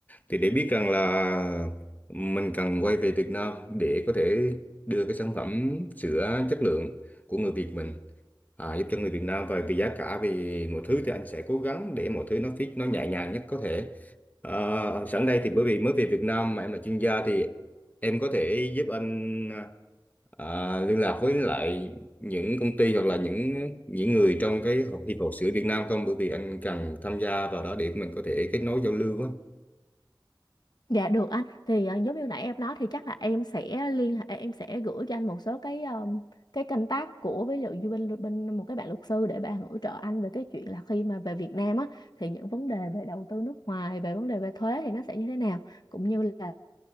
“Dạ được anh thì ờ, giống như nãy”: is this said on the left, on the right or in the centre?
Left